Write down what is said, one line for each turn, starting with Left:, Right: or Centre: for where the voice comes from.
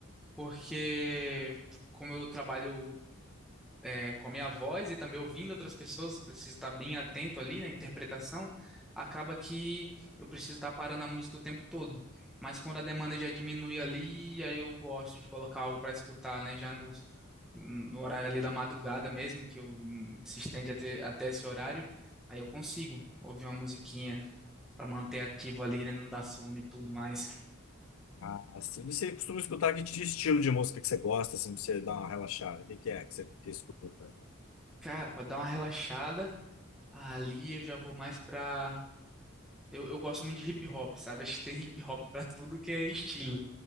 Centre: porque como eu trabalho é, com a minha voz e também ouvindo outras pessoas, preciso estar bem atento ali na interpretação, acaba que eu preciso estar parando a música o tempo todo. Mas quando a demanda já diminui ali, aí eu gosto de colocar algo para escutar, né? Já nos, no horário ali da madrugada mesmo, que eu, hum, se estende até, até esse horário, aí eu consigo ouvir uma musiquinha para manter ativo ali, né? Não dar sono e tudo mais.
Left: Ah, assim, você costuma escutar que tipo de estilo de música que você gosta, assim, pra você dar uma relaxada? O que que é que você que escuta?
Centre: Cara, para dar uma relaxada, ali eu já vou mais para Eu, eu gosto muito de hip hop, sabe? <laughs> Acho que tem hip hop pra tudo que é estilo.